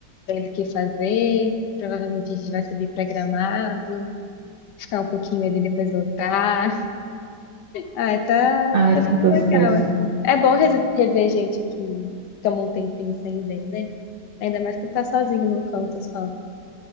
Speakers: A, on the left; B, on the right.
A: vendo o que fazer. Provavelmente a gente vai subir pra Gramado, ficar um pouquinho ali, depois voltar. Ah, tá,
B: Ai,
A: tá
B: que
A: sendo
B: gostoso.
A: legal, assim. É bom res- rever gente que toma um tempinho sem ver, né? Ainda mais quando tá sozinho num canto só.